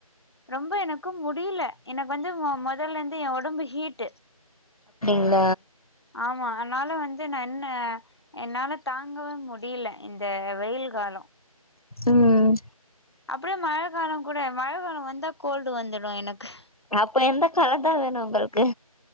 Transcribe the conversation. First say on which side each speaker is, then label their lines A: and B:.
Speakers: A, on the left (about 45°); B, on the left (about 70°).
A: ரொம்ப எனக்கும் முடியில்லே எனக்கு வந்து வ இதல் லெந்து எ ஒடம்பு ஹீட்டு
B: இல்ல
A: ஆமா அதனால வன் து நா என்ன என்னால தாங்கவே முடியேலே இந்த வெயில் காலோ
B: ம்
A: அப்படியே மழை காலம் கூட மழை காலம் வந்தா கோல்டு வந்துடு எனக்கு
B: அப்ப எந்த காலதான் வேணு உங்களுக்கு